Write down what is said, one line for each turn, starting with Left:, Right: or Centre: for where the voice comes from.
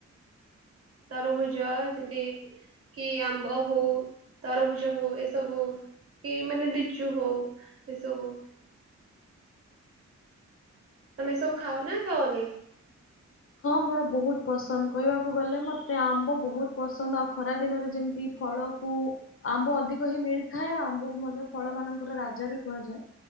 Right: ତରଭୁଜ ଯେମିତି କି ଆମ୍ବ ହଉ ତରଭୁଜ ହଉ ଏସବୁ। କି ମାନେ ଲିଚୁ ହଉ ଏସବୁ। ତମେ
Left: ନିଶ୍ଚୟ
Right: ସବୁ ଖାଅ ନା ଖାଅନି?
Left: ହଁ ମୋର ବହୁତ ପସନ୍ଦ କହିବାକୁ ଗଲେ ମତେ ଆମ୍ବ ବହୁତ ପସନ୍ଦ ଆଉ ଖରା ଦିନରେ ଯେମିତି। ଫଳକୁ ଆମ୍ବ ଅଧିକ ହିଁ ମିଳିଥାଏ ଆମ୍ବକୁ ମଧ୍ୟ ଫଳ ମାନଙ୍କର ରାଜା ବି କୁହାଯାଏ।